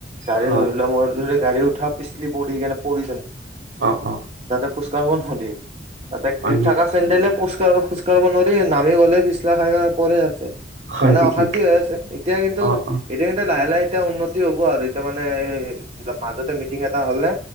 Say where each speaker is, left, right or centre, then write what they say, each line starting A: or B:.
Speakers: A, on the right; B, on the right.
A: গাড়ী
B: হয়
A: ধৰি ল মই ধৰি গাড়ী উঠ থাও পিছলি পৰি গেলা পৰি গেল।
B: অ অ
A: তাতে খোজ তামাম খুন্দে। তাতে গ্ৰিপ
B: হয় নি
A: থকা চেণ্ডেলে এ পু খোজ কাৰব নৰি, খোজকাঢ়িব নৰি। নামি গলে পিছলা খাই খাই পৰে এতে।
B: হয়
A: মানে
B: নেকি?
A: অশান্তি হৈ আছে। এতিয়া কিন্তু
B: অ অ
A: এতিয়া কিন্তু, লাহে-লাহে এতিয়া উন্নতি হ'ব আৰু এতিয়া মানে এ মাজতে মিটিং ত হ'লে